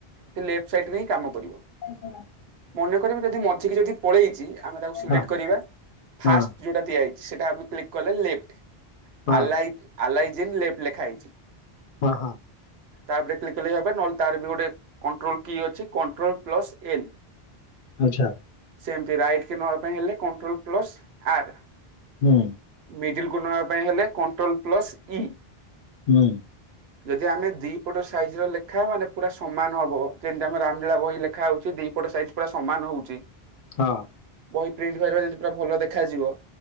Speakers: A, on the right; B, on the left.
A: ସେ ଲେଫ୍ଟ ସାଇଡ ରେ ହିଁ କାମ କରିବ।
B: ଆ <unintelligible>
A: ମନେ କରିବି ଯଦି ମଝିକି ଯଦି ପଳେଇଛିି ଆମେ ତାକୁ ସିଲେକ୍ଟ
B: ହଁ
A: କରିବା।
B: ହଁ
A: ଫାଷ୍ଟ ଯୋଉଟା ଦିଆହେଇଛି ସେଟା ଆମେ କ୍ଲୀକି୍ କଲେ ଲେଫ୍ଟ୍
B: ହଁ
A: ଆଲାଇ ଆଲାଇ ଜିନ୍ ଲେ୍ଫ୍ଟ୍ ଲେଖା ହେଇଛି
B: ଓ ହଁ
A: ତାପରେ କ୍ଲିକ <unintelligible> ହେବେ ନହେଲେ ତାର ବି ଗୋଟେ କଣ୍ଟ୍ରୋଲ କି ଅଛି କଣ୍ଟ୍ରୋଲ ପ୍ଲସ ଏନ୍
B: ଆଚ୍ଛା
A: ସେମତି ରାଇଟ୍ କି ନବା ପାଇଁ ହେଲେ କଣ୍ଟ୍ରୋଲ ପ୍ଲସ ଆର୍।
B: ହୁଁ
A: ମିଡିଲକୁ ନେବା ପାଇଁ ହେଲେ କଣ୍ଟ୍ରୋଲ ପ୍ଲସ୍ ଇ
B: ହୁଁ।
A: ଯଦି ଆମେ ଦି ପଟ ସାଇଜିର ଲେଖା ମାନେ ପୁରା ସମାନ ହବ ଯେମିତି, ଆମର ରାମଲୀଳା ବହି ଲେଖାହଉଚି ଦିପଟ ସାଇଜ ପୁରା ସମାନ ହଉଚି।
B: ହଁ।
A: ବହି ପ୍ରିଣ୍ଟ ଭହାରିବା ଯେମିତି ପୁରା ଭଲ ଦେଖାଯିବ।